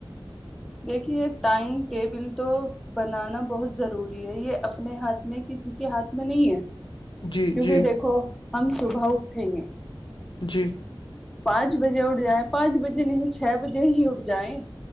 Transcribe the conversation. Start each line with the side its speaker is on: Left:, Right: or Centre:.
Centre: دیکھیے ٹائم ٹیبل تو بنانا بہت ضروری ہے یہ اپنے ہاتھ میں کسی کے ہاتھ میں نہیں ہے
Left: جی
Centre: کیونکہ
Left: جی
Centre: دیکھو ہم صبح اٹھیں گے
Left: جی
Centre: پانچ بجے اٹھ جائیں پانچ بجے نہیں چھ بجے ہی اٹھ جائیں